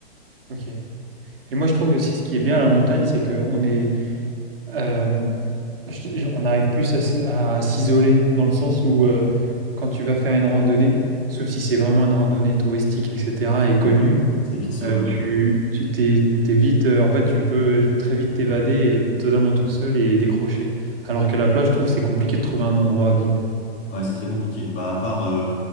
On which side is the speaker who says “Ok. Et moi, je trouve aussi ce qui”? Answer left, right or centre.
Right